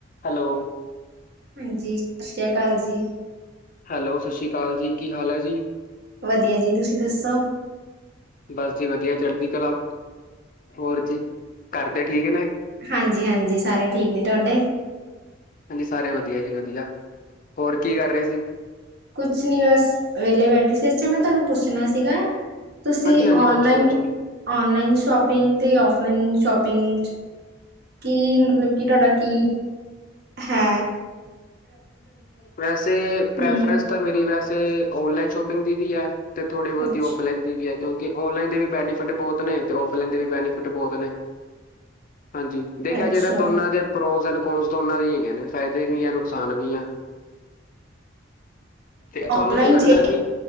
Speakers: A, on the left; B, on the right.
A: Hello?
B: ਹਾਂਜੀ, ਸਤਿ ਸ੍ਰੀ ਅਕਾਲ ਜੀ।
A: ਹੈਲੋ, ਸਤਿ ਸ਼੍ਰੀ ਅਕਾਲ ਜੀ, ਕੀ ਹਾਲ ਹੈ ਜੀ?
B: ਵਧੀਆ ਜੀ ਤੁਸੀਂ ਦੱਸੋ?
A: ਬਸ ਜੀ ਵਧੀਆ ਚੜਦੀ ਕਲਾ, ਹੋਰ ਜੀ ਘਾਰਦੇ ਠੀਕ ਨੇ?
B: ਹਾਂਜੀ- ਹਾਂਜੀ ਸਾਰੇ ਠੀਕ ਨੇ ਤੁਹਾਡੇ
A: ਹਾਂਜੀ, ਸਾਰੇ ਵਧੀਆ ਜੀ, ਵਧੀਆ ਹੋਰ ਕੀ ਕਰ ਰਹੇ ਸੀ?
B: ਕੁਛ ਨਈ, ਬਸ ਵਿਹਲੇ ਬੈਠ ਏ, ਚ ਮੈਂ ਤੁਹਾਨੂੰ ਪੁੱਛਣਾ ਸੀਗਾ, ਤੁਸੀਂ
A: ਹਾਂਜੀ ਹਾਂਜੀ
B: ਓਨਲਾਈਨ?
A: ਪੁੱਛੋ ਪੁੱਛੋ
B: ਔਨਲਾਈਨ ਸ਼ੋਪਿੰਗ, ਤੇ ਔਫਲਾਈਨ ਸ਼ੋਪਿੰਗ ਕੀ, ਮਤਲਬ ਕੀ ਤੁਹਾਡਾ ਕੀ ਹੈਂ।
A: ਵੈਸੇ, ਪ੍ਰੈਫਰੈਂਸ
B: ਹਮ
A: ਤਾਂ ਮੇਰੀ ਵੈਸੇ, ਔਨਲਾਈਨ ਸ਼ੋਪਿੰਗ ਦੀ ਵੀ ਹੈ, ਤੇ ਥੋੜੀ ਬਹੁਤੀ
B: ਅੱਛਾ
A: ਔਫਲਾਈਨ। ਵੀ ਹੈ ਕਿਉਂਕਿ, ਔਨਲਾਈਨ ਦੇ ਵੀ ਬੈਨੀਫਿਟ ਬਹੁਤ ਨੇ, ਤੇ ਔਫਲਾਈਨ ਦੇ ਵੀ ਬੈਨੀਫਿਟ ਬਹੁਤ ਨੇ ਹਾਂਜੀ, ਦੇਖਿਆ
B: ਅੱਛਾ,
A: ਜੇ ਤਾਂ ਦੋਨਾਂ ਦੇ, ਪ੍ਰੋਸ ਐਡ ਕਸ ਦੋਨਾਂ ਦੇ ਹੈਗੇ, ਨੇ ਫਾਇਦਾ। ਦੇ, ਵੀ ਆ ਨੁਕਸਾਨ ਵੀ ਆ। ਤੇ ਤੁਹਾਨੂੰ,
B: ਔਨਲਾਈਨ
A: ਕੀ ਲੱਗਦਾ ਹੈ ਵੀ